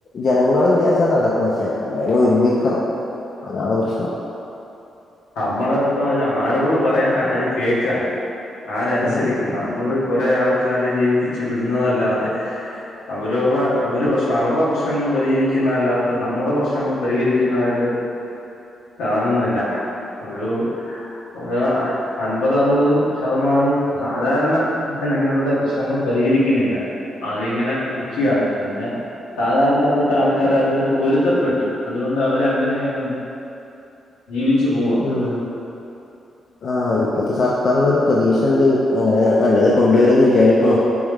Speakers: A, on the left; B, on the left.
A: ജനങ്ങള് വിചാരിച്ചാ നടക്കും പക്ഷെ എല്ലാരും ഒരുമിക്കണം അതാണ് പ്രശ്നം
B: അമ്മള് ഇപ്പൊ ഇതാരോട് പറയാനാ ആര് കേക്കാൻ ആരെനുസരിക്കുന്നു
A: ആഹ്
B: ഞമ്മള് കൊറേ ആൾക്കാരെ ജയിപ്പിച്ച് വിടുന്നതല്ലാതെ അവരവര്ടെ അവര് പ്രശ്ന അവര്ടെ പ്രശ്നങ്ങൾ പരിഹരിക്കുന്നല്ലാതെ നമ്മുടെ പ്രശ്നങ്ങൾ പരിഹരിക്കുന്നതായിട്ട് കാണുന്നില്ല ഒരു ഒരു അൻപതറുപതും ശതമാനവും സാധാരണ ജനങ്ങളുടെ പ്രശ്നങ്ങൾ പരിഹരിക്കുന്നില്ല അതിങ്ങനെ നിക്യാണ് പിന്നെ സാധാരണപ്പെട്ട ആൾക്കാര് അതുവായിട്ട് പൊരുത്തപ്പെട്ടു അതുകൊണ്ട് അവരങ്ങനെയങ്ങ് ജീ വിച്ചു പോവാ
A: ഉം ആഹ് ഇപ്പത്തെ സർക്കാർലൊരു പ്രതീക്ഷണ്ട് അങ്ങനെ നല്ലത് കൊണ്ടുവെരുന്ന് വിചാരിക്ക്‌ണു